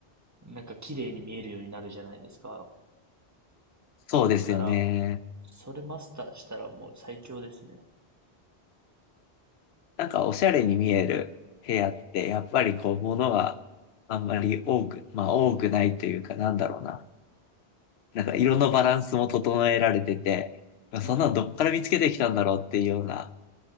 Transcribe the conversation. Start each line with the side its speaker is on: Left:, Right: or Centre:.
Right: なんか綺麗に見えるようになるじゃないですか。
Left: そうですよね。
Right: だから、それマスターしたらもう最強ですね。
Left: なんかおしゃれに見える部屋って、やっぱりこう、物があんまり多く、まあ多くないというか、なんだろうな。なんか色のバランスも整えられてて、まあそんなのどっから見つけてきたんだろうっていうような
Right: うん。